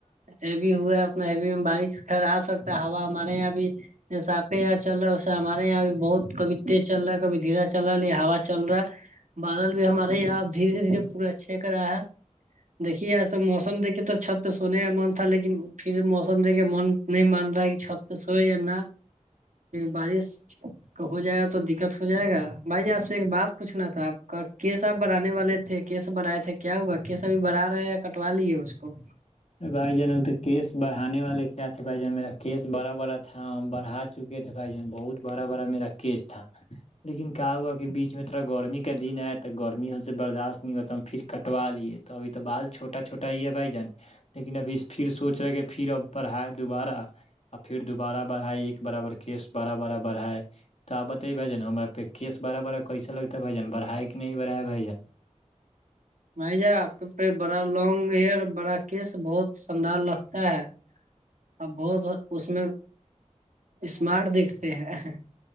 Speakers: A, on the right; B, on the left.
A: ہیوی ہوا ہے اتنا ہیوی میں بارش خرا سکتا ہے ہوا ہمارے یہاں بھی جیسا آپے یہ چل رہا ہمارے یہاں بھی بہت کبھی چل رہا کبھی دھیرا چل رہا ہے یہ ہا چل رہا ہے بادل بھی ہمارے یہاں دھیرے دھیرے پورا چیک رہا ہے دیکھیے تو موسم دیکے تو چھت پہ سونے کا من تھا لیکن پھر موسم دیکے من نہیں مان رہا ہے کہ چھت پہ سوئے یا نہ بارش کا ہو جائے گا تو دقت ہو جائے گا بھائی ج آپ سے ایک بات پوچھنا تھا آپ کا کیس آپ بنانے والے تھے کیس بڑائے تھے کیا ہوا کیسا بھی بھرا رہے ہیں یا کٹوا لیے اس کو
B: بھائی جان ا ہم تو کیس بڑانے والے کیا تھے بھائی جان میرا کیس بڑا بڑا تھا بڑھا چکے تھے بھائی جان بہت بڑا بڑا میرا کیس تھا لیکن کہا ہوا کہ بیچ میں تھوڑا گرمی کا دن ہے تو گرمی ہم سے برداشت نہیں ہوتا ہم پھر کٹوا لیے تو ابھی تو بال چھوٹا چھٹا ہی ہے بھائی جان لیکن ابھی پھر سوچ رہے کہ پھر اب پڑھا دوبارہ اور پھر دوبارہ بڑھائے ایک برابر کیس بڑا بڑا بڑھائے تو آ بتے بائیان ہم آ پہ کیس بڑا بڑا کیسے لگتا ہے بائیجان بڑاائے کہ نہیں بڑائے بھائی جان
A: <inaudible> بھائی آپ کے پہ بڑا لانگ ہیئر بڑا کیس بہت شدار ہے اب بہت اس میں اسمارٹ دیکھتے ہیں